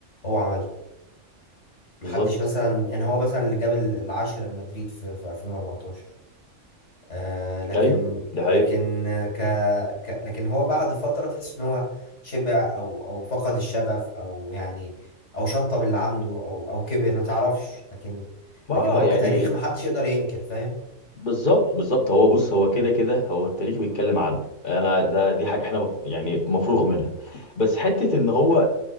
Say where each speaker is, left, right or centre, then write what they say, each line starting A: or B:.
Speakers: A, on the left; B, on the left.
A: هو عملها محدش
B: بالظبط
A: مثلا يعني هو مثلا اللي جاب ال- العاشرة لمدريد في في 2014 آه لكن
B: ايوه ده حقيقي
A: لكن آه، ك... ك لكن هو بعد فترة تحس ان هو شبع او او فقد الشغف او يعني او شطب اللي عنده او او كبر ما تعرفش لكن
B: ما
A: لكن هو
B: يعني
A: كتاريخ محدش يقدر ينكر فاهم
B: بالظبط بالظبط هو بص هو كده كده هو التاريخ بيتكلم عنه انا ده دي حاجه احنا مف... يعني مفروغ منها بس حته ان هو